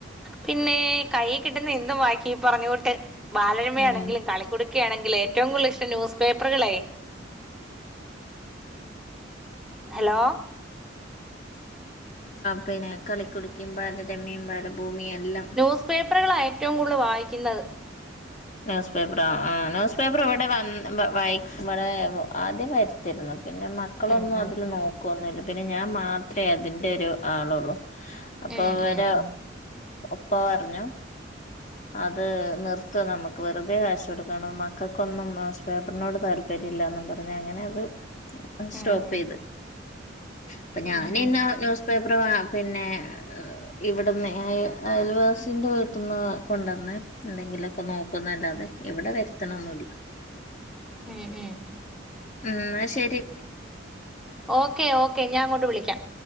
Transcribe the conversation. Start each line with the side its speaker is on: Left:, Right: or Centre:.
Centre: പിന്നെ കൈകിട്ടുന്ന എന്തും ബാക്കി ഈ പറഞ്ഞു കൊട്ട് ബാലരമ
Left: ഉം
Centre: ആണേങ്കിലും കളി കുടക്കയണങ്കിലും ഒക്കെയണെങ്കിൽ ഏറ്റവും കുടുതൽ ഇഷ്ടം നൃസ്പേപ്പറുകളേയിരിക്കും ഹലോ
Left: പിന്നെ കളിക്കുടുക്കിയും ബാലരമ്യം ബാലഭൂമിയും എല്ലാം
Centre: ന്യൂസ് പേപ്പറുകളാ ഏറ്റവും കൂടുതൽ വായിക്കുന്നത്
Left: ന്യൂസ് പേപ്പറോ ആ ന്യൂസ് പേപ്പർ ഇവിടെ വന്ന് വായിവിടെ ആദ്യം വരുത്തിരുന്നു പിന്നെ മക്കളൊന്നും
Centre: ഉം ഉം
Left: അതിൽ നോക്കുവൊന്നുമില്ല പിന്നെ ഞാൻ മാത്രമേ അതിന്റെറെ ഒരു ആളള്ളു അപ്പൊ
Centre: ഉം
Left: അവര
Centre: ഉം ഉം
Left: ഉപ്പാ പറഞ്ഞു അത് നിർത്ത് നമുക്ക് വെറുതെ കാശ് കൊടുക്കണം മക്കൾക്കൊന്നും ന്യൂസ് പേപ്പറിനോട് താല്പര്യം തരില്ലെന്നും പറഞ്ഞ് അങ്ങനെ അത് അത് സ്റ്റോപ്പെയ്ത്
Centre: ഉം ഉം
Left: പ്പ ഞാനി
Centre: ഉം ഉം
Left: ഇന്നെ ന്യൂസ് പേപ്പറ് വാ പിന്നേ ഇവിട്ന്നേ അയൽവാസിന്റെ വീട്ട്ന്ന് കൊണ്ടൊന്ന് എന്തെങ്കിലൊക്കെ നോക്കുംന്നല്ലാതെ ഇവിടെ വെര്ത്ത്ണൊന്നുല്ല
Centre: ഉം ഉം
Left: ഉം ന്നാ ശെരി
Centre: ഓക്കെ ഓക്കെ ഞാൻ അങ്ങോട്ട് വിളിക്കാം